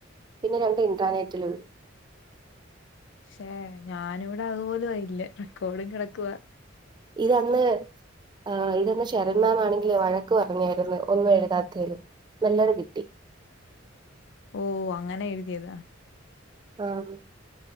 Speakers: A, on the right; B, on the left.
A: പിന്നെ രണ്ട് ഇന്ട്രാനെറ്റിലും എ
B: പക്ഷേ ഞാനിവിടെ അതുപോലും ആയില്ല റെക്കോർഡും കെടക്കുവാ
A: ഇതന്ന് ആഹ് ഇതന്ന് ഷെറിൻമാംണെങ്കിലേ വഴക്ക് പറഞ്ഞാരുന്നു ഒന്നും എഴുതാത്തതിന് നല്ലത് കിട്ടി
B: ഓഹ് അങ്ങനെ എഴുതിയതാ
A: ആഹ്